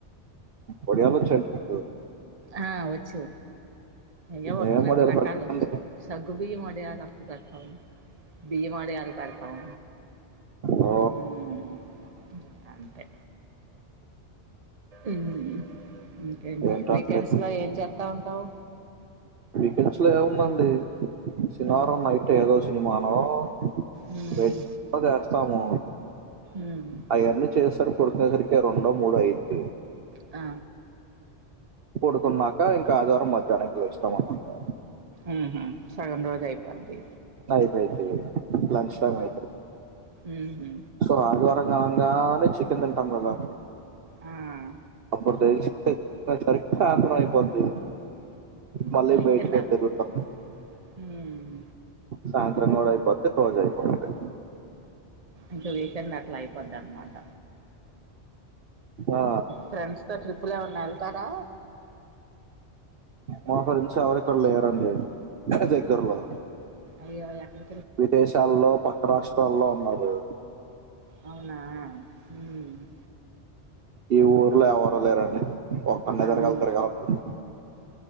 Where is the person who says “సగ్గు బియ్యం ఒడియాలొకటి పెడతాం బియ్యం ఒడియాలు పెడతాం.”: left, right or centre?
Right